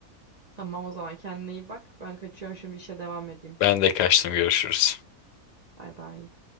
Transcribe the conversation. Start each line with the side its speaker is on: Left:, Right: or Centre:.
Right: Tamam o zaman kendine iyi bak. Ben kaçıyorum şimdi işe devam edeyim.
Left: Ben de kaçtım görüşürüz.
Right: Bay bay.